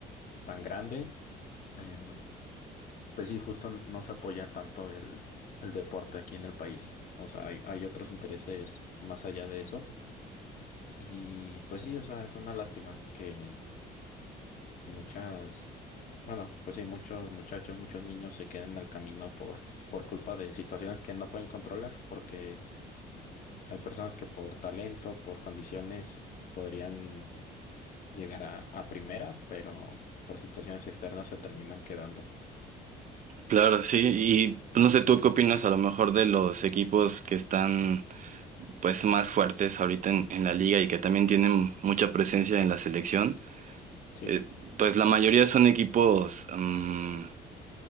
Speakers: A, on the left (about 55°); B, on the right (about 50°).
A: tan grande. em, Pues sí, justo no se apoya tanto el, el deporte aquí en el país. O sea, hay, hay otros intereses más allá de eso. Y pues sí, o sea, es una lástima que, que muchas, bueno, pues sí, muchos muchachos, muchos niños se queden en el camino por, por culpa de situaciones que no pueden controlar, porque hay personas que por talento, por condiciones, podrían llegar a, a primera, pero por situaciones externas se terminan quedando.
B: Claro, sí, y pues, no sé, ¿tú qué opinas a lo mejor de los equipos que están pues más fuertes ahorita en, en la liga y que también tienen mucha presencia en la selección?
A: Sí,
B: Eh, pues la mayoría son equipos, mm,